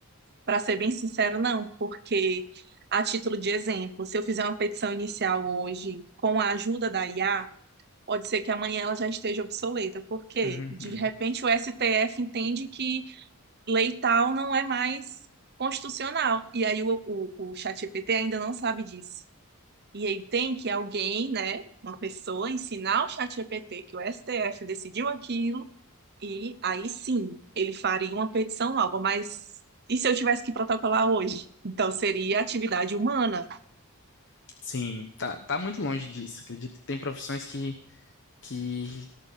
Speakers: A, on the right (about 45°); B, on the left (about 55°).
A: Para ser bem sincero, não, porque a título de exemplo, se eu fizer uma petição inicial hoje com a ajuda da IA, pode ser que amanhã ela já esteja obsoleta, porque
B: Uhum.
A: de repente o STF entende que lei tal não é mais constitucional, e aí o, o, o ChatGPT ainda não sabe disso. E aí tem que alguém, né, uma pessoa, ensinar o ChatGPT que o STF decidiu aquilo e aí sim, ele faria uma petição nova, mas e se eu tivesse que protocolar hoje? Então seria atividade humana.
B: Sim, tá, tá muito longe disso, acredito. Tem profissões que, que